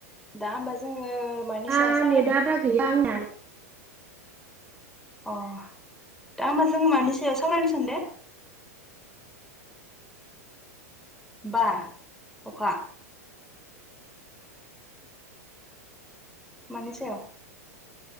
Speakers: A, in the centre; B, on the right.
A: दा होमबा जोङो मानि
B: दा
A: सावरायनो?
B: नेटआ बारा गैया आंना।
A: अ दा होमबा जोङो मानिसो सावरायनो सानदों? बार अखा। मानि सयाव